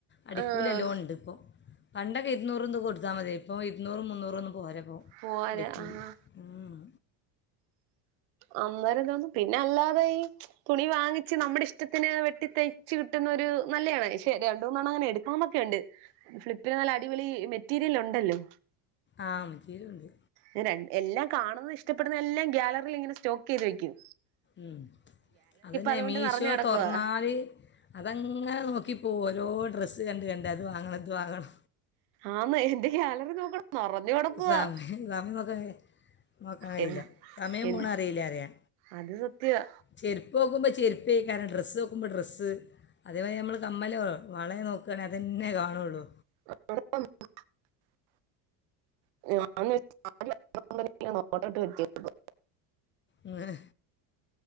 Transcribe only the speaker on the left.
അടിക്കൂലി
നല്ലോണം യെടുക്കും പണ്ടൊക്കെ ഇരുന്നൂറൂംതൊക്കെ കൊടുത്താമതിയായിരുന്നു ഇപ്പോ ഇരുന്നൂറും മുന്നൂറൊന്നും പോര പ്പോ
അടിക്കൂലി
ഹൂം
ആഹ് <unintelligible>
ഉം അതെന്നെ
മീഷോ
തൊർന്നാല് അതങ്ങനെ നോക്കി ഓരോരുത്ത ഡ്രസ് കണ്ട് കണ്ട് അത് വാങ്ങണത് വാങ്ങണം
സമയം സമയം നോക്കാൻ നോക്കാൻ കഴിയില്ല
സമയം
പോണ അറിയില്ലപറയാ
ചെരപ്പ് നോക്കുമ്പോ ചെര് പ്പേയ്ക്കാരം ഡ്രസ്സ് നോക്കുമ്പോൾ ഡ്രസ്സ് അതേപോലെ നമ്മൾ കമ്മലോ വളേ നോക്കാണെങ്കി അതെന്നെ കാണുള്ളൂ
ഉം.